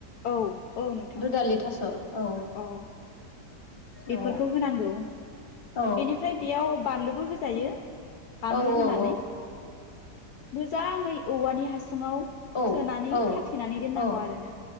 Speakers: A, on the left; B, on the left.
A: औ औ नोंथां
B: दुदालि थास' औ औ
A: अ बेफोरखौ
B: औ
A: होनांगौ।
B: औ
A: बेनिफ्राय बेयाव बानलुबो होजायो
B: औ
A: बानलु
B: औ
A: होनानै मोजाङै औवानि हासुङाव
B: औ
A: सोनानै
B: औ
A: खाथेनानै दोननांगौ
B: औ
A: आरोना